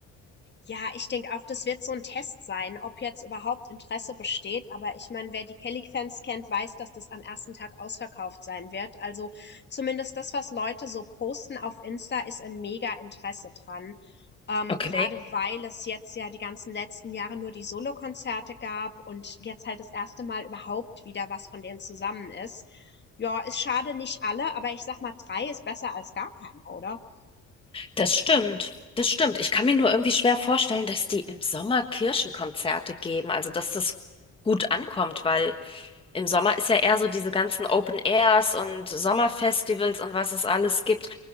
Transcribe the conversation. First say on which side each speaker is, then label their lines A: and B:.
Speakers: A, on the left (about 35°); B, on the left (about 20°).
A: Ja, ich denke auch, das wird so ein Test sein, ob jetzt überhaupt Interesse besteht. Aber ich meine, wer die Kelly-Fans kennt, weiß, dass das am ersten Tag ausverkauft sein wird. Also zumindest das, was Leute so posten auf Insta, ist ein Mega-Interesse dran. Ähm,
B: Okay.
A: grade weil es jetzt ja die ganzen letzten Jahre nur die Solokonzerte gab und jetzt halt das erste Mal überhaupt wieder was von denen zusammen ist. Ja, ist schade, nicht alle, aber ich sag mal, 3 ist besser als gar keiner, oder?
B: Das stimmt, das stimmt. Ich kann mir nur irgendwie schwer vorstellen, dass die im Sommer Kirchenkonzerte geben, also dass das gut ankommt, weil im Sommer ist ja eher so diese ganzen Open Airs und Sommerfestivals und was es alles gibt.